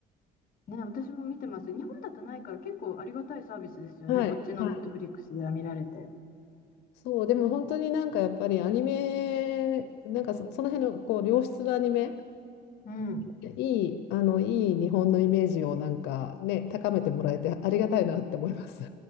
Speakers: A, on the left (about 55°); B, on the left (about 85°).
A: え、ねえ、私も見てます。日本だとないから結構ありがたいサービスですよね。
B: はい、
A: こっちのネットフリックスでは見られて。
B: はいそう、でも本当になんかやっぱりアニメ、なんかそ、その辺のこう良質なアニメ
A: うん。
B: いい、あの、いい日本のイメージをなんかね、高めてもらえてありがたいなって思います。